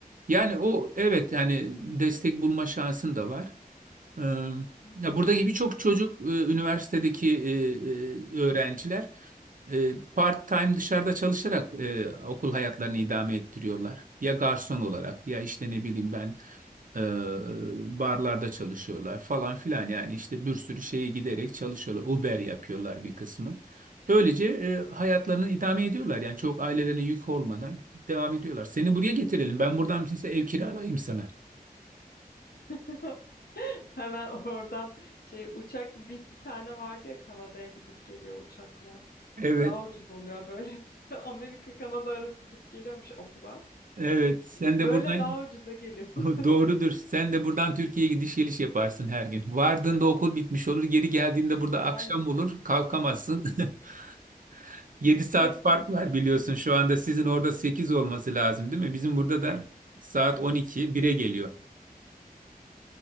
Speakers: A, on the right; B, on the left.
A: Yani o evet yani destek bulma şansın da var. Ee,
B: Hmm.
A: Ya buradaki birçok çocuk, e, üniversitedeki e, e, öğrenciler e, part-time dışarıda çalışarak e, okul hayatlarını idame ettiriyorlar. Ya garson olarak ya işte ne bileyim ben e, barlarda çalışıyorlar falan filan yani işte bir sürü şeye giderek çalışıyorlar. Uber yapıyorlar bir kısmı. Böylece e, hayatlarını idame ediyorlar yani çok ailelerine yük olmadan devam ediyorlar. Seni buraya getirelim ben buradan size ev kiralayayım sana.
B: <laughs> Hemen oradan şey uçak bir, bir tane vardı ya Kanada'ya gidip geliyor uçakla.
A: Evet,
B: Daha ucuz oluyor böyle. <laughs> Amerika Kanada arası gidip geliyormuş okula.
A: evet. Sen
B: Böyle
A: de buradan
B: daha ucuza geliyor. <laughs>
A: <laughs> Doğrudur. Sen de buradan Türkiye'ye gidiş geliş yaparsın her gün. Vardığında okul bitmiş olur. Geri geldiğinde burada akşam
B: Aynen.
A: olur. Kalkamazsın. <laughs> 7 saat
B: Sürekli
A: fark var
B: gidip
A: biliyorsun.
B: geliyor.
A: Şu anda sizin orada sekiz
B: Evet.
A: olması lazım değil mi? Bizim burada da saat on iki bire geliyor.